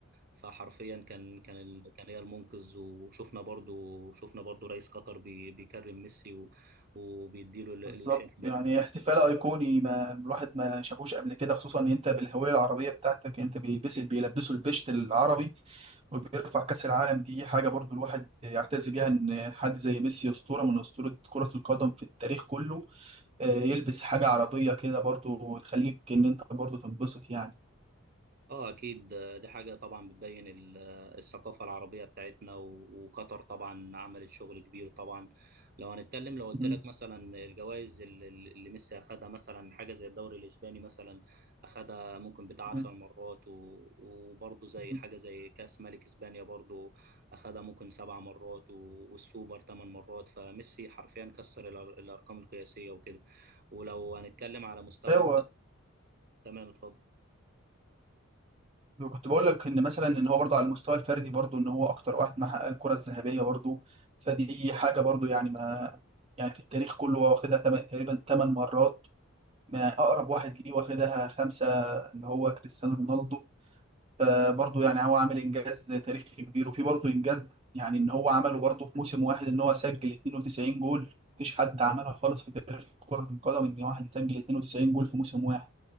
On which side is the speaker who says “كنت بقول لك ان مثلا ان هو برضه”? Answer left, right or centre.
Right